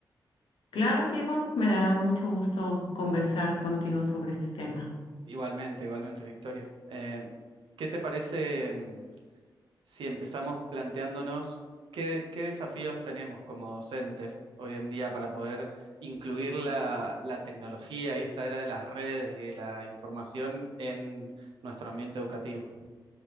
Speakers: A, on the left; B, on the right.
A: Claro, Diego, me dará mucho gusto conversar contigo sobre este tema.
B: Igualmente, igualmente, Victoria. Em, ¿qué te parece? si empezamos planteándonos qué, de- qué desafíos tenemos como docentes hoy en día para poder incluir la, la tecnología y esta era de las redes y de la información en nuestro ambiente educativo.